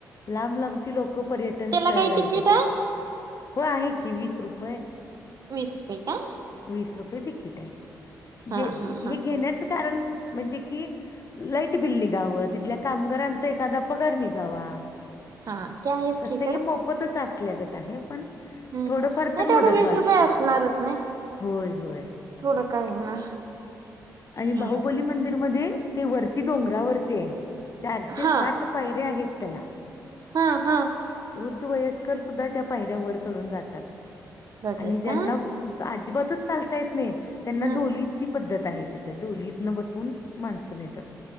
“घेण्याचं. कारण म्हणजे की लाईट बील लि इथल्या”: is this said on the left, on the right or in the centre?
Left